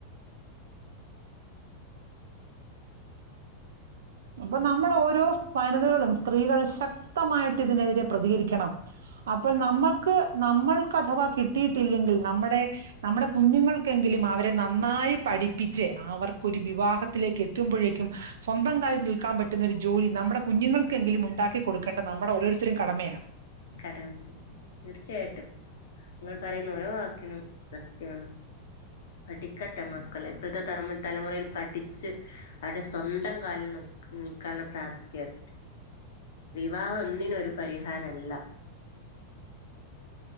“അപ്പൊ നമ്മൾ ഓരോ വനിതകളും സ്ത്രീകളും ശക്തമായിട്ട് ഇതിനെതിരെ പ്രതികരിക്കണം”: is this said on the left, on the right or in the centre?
Right